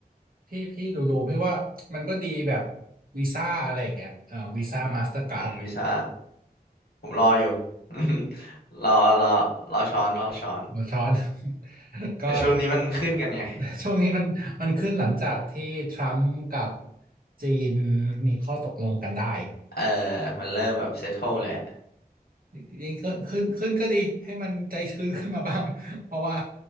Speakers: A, on the right; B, on the left.
A: ที่พี่ดูดูพี่ว่ามันก็ดีแบบวีซ่าอะไรอย่างเงี้ยเออวีซ่ามาสเตอร์การ์ด
B: อืมวิชาผมรออยู่ <laughs> รอรอรอช้อนรอช้อน
A: หัวซ้อน <laughs> ก็
B: แต่ช่วงนี้มันขึ้นกันไง <laughs>
A: <laughs> ช่วงนี้มันมันขึ้นหลังจากที่ทรัมป์กับจีนมีข้อตกลงกันได้
B: เออมันเริ่มแบบเซ t โ e เลยอะ
A: จริงๆก็ขึ้นขึ้นก็ดีให้มันใจชื้นขึ้นมาบ้าง <laughs> เพราะว่า